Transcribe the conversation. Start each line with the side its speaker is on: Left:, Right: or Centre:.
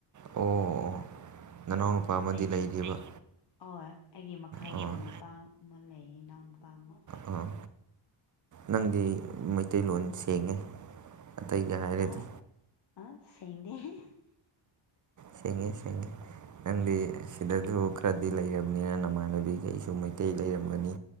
Right: ꯑꯣ ꯑꯣ ꯅꯅꯥꯎꯅꯨꯄꯥ ꯑꯃꯗꯤ
Left: ꯑꯩꯒꯤ
Right: ꯂꯩꯔꯤꯕ
Left: ꯑꯩꯒꯤ ꯃꯈꯥꯗꯣꯟ
Right: ꯑꯥ
Left: ꯅꯨꯄꯥ ꯑꯃ ꯂꯩꯌꯦ ꯏꯅꯥꯎ ꯀꯃ
Right: ꯑꯥ ꯅꯪꯗꯤ ꯃꯩꯇꯩꯂꯣꯟ ꯁꯦꯡꯉꯦ ꯑꯇꯩꯒ ꯍꯥꯏꯔꯗꯤ
Left: ꯑ ꯑ ꯁꯦꯡꯗꯦꯦ
Right: ꯁꯤꯉ ꯁꯉ ꯅꯪꯗꯤ ꯁꯤꯗꯁꯨ ꯈꯔꯗꯤ ꯂꯩꯔꯕꯅꯤꯅ ꯅꯃꯥꯟꯅꯕꯤꯈꯩꯁꯨ ꯃꯩꯇꯩ ꯂꯩꯔꯝꯃꯅꯤ